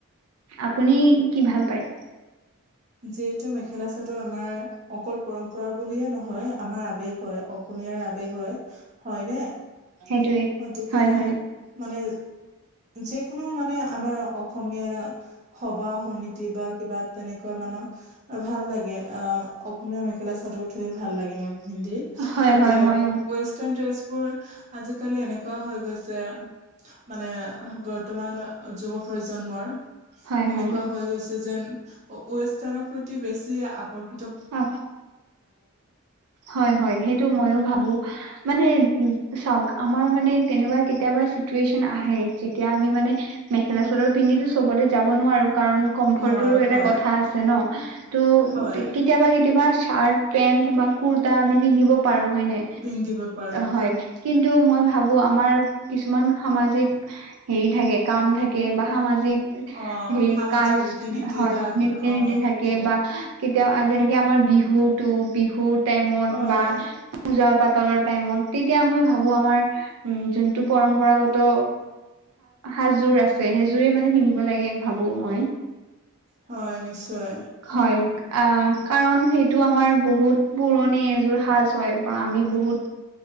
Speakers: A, on the right; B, on the right.
A: আপুনি কি ভাল পায়?
B: যিহেতু মেখেলা চাদৰ আমাৰ অকল পৰম্পৰা বুলিয়ে নহয় আমাৰ আবেগ হয়, অসমীয়াৰ আবেগ হয়, হয় ন
A: সেইটোৱে
B: তিকে
A: হয়, হয়,
B: মানে যিকোনো মানে আমাৰ অসমীয়াৰ সভা সমিতি বা কিবা তেনেকুৱা মানহ ভাল লাগে অ', অসমীয়া মেখেলা চাদৰ থৈ ভাল লাগে মোৰ হিন্দী
A: হয়,
B: তাতে
A: হয় ময়ো
B: ৱেষ্টাৰ্ণ ড্ৰেচবোৰ আজিকালি এনেকুৱা হৈ গৈছে মানে বৰ্তমান যুৱ প্ৰজন্মৰ
A: হয়,
B: এনেকুৱা
A: হয়।
B: হৈ গৈছে যেন ৱেষ্টাৰ্ণৰ প্ৰতি বেছি আকৰ্ষ
A: আ হয়, হয় সেইটো মইয়ো ভাবো মানে চাওক আমাৰ মানে তেনেকুৱা কেতিয়াবা চিটুৱেচন আহে যেতিয়া আমি মানে মেখেলা চাদৰ পিন্ধি সবতে যাব নোৱাৰো কাৰণ কম্ফৰ্টৰো
B: নোৱাৰো
A: এটা
B: হয়
A: কথা আছে ন তো
B: হয়
A: কেতিয়াবা চাৰ্ট পেন্ট বা কুৰ্তা আমি পিন্ধিব পাৰো হয়নে
B: পিন্ধিব পাৰো
A: হয় কিন্তু মই ভাবো ভাবো আমাৰ কিছুমান সামাজিক হেৰি থাকে কাম থাকে বা সামাজিক
B: অ
A: হে
B: সামাজিক
A: কাজ
B: ৰীতি নীতি
A: হয়
B: বা
A: নীতি,
B: অ
A: নীতি থাকে
B: তেনেকুৱা
A: বা এতিয়া যেনেকে আমাৰ বিহুতটো বিহুৰ টাইমত
B: হয়
A: বা পূজা পাতলৰ টাইমত তেতিয়া মই ভাবো আমাৰ উ যোনটো পৰম্পৰাগত সাজযোৰ আছে সেইযোৰে মানে পিন্ধিব লাগে ভাবো মই
B: হয় নিশ্চয়,
A: হয় আহ, কাৰণ সেইটো আমাৰ বহুত পুৰণি এযোৰ সাজ হয় বা আমি বহুত